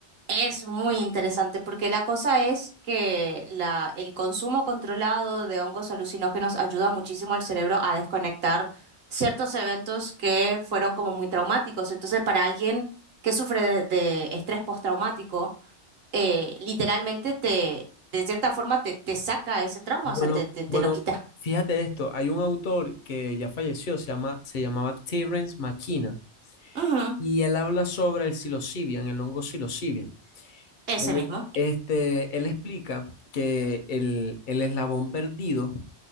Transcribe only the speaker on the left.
Bueno,
bueno,
fíjate esto, hay un autor que ya falleció, se llama, se llamaba Terence McKenna,
y él habla sobre el psilocibin, el hongo psilocibin.
Él,
este, él explica que el, el eslabón perdido